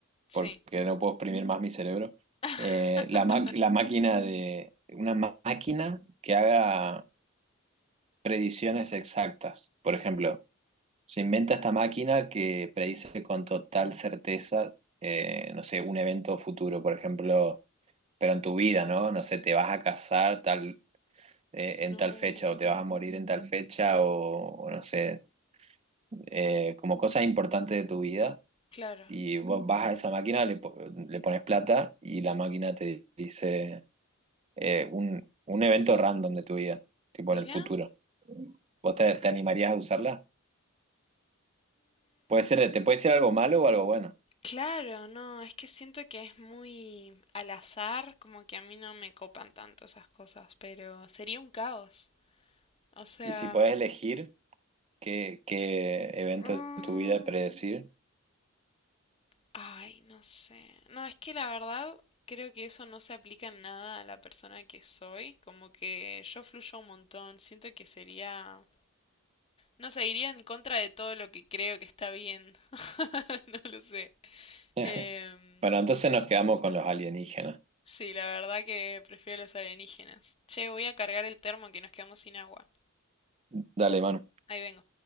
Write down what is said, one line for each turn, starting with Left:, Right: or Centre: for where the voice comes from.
Left: Sí.
Right: porque no puedo exprimir más mi cerebro,
Left: <laughs>
Right: eh, la, ma- la máquina de, una ma- máquina que haga predicciones exactas. Por ejemplo, se inventa esta máquina que predice con total certeza, eh, no sé, un evento futuro, por ejemplo, pero en tu vida, ¿no? No sé, te vas a casar tal eh, en
Left: No.
Right: tal fecha o te vas a morir en tal fecha o, o no sé, eh, como cosas importantes de tu vida
Left: Claro.
Right: y vos vas a esa máquina, le, po- le pones plata y la máquina te dice eh, un, un evento random de tu vida, tipo
Left: Mira.
Right: en el futuro. ¿Vos te, te animarías a usarla? Puede ser, te puede ser algo malo o algo bueno.
Left: Claro, no, es que siento que es muy al azar, como que a mí no me copan tanto esas cosas, pero sería un caos. O sea,
Right: Y si podés elegir qué, qué evento
Left: mm,
Right: de tu vida predecir.
Left: ay, no sé. No, es que la verdad creo que eso no se aplica en nada a la persona que soy, como que yo fluyo un montón, siento que sería, no sé, iría en contra de todo lo que creo que está bien. <laughs> No lo sé.
Right: <laughs>
Left: Em,
Right: Bueno, entonces nos quedamos con los alienígenas.
Left: Sí, la verdad que prefiero los alienígenas. Che, voy a cargar el termo que nos quedamos sin agua.
Right: Dale, Manu.
Left: Ahí vengo.